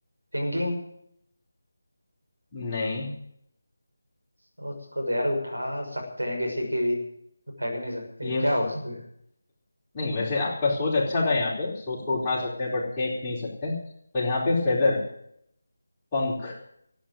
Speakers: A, on the right (about 75°); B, on the left (about 20°).
A: थिंकिंग
B: नहीं
A: सोच को तो यार उठा सकते हैं किसी की भी तो फेंक नहीं सकते
B: ये
A: क्या
B: फ-
A: हो सकता है?
B: नहीं वैसे आपका सोच अच्छा था यहाँ पे सोच को उठा सकते हैं बट फेंक नहीं सकते पर यहाँ पे फेदर पंख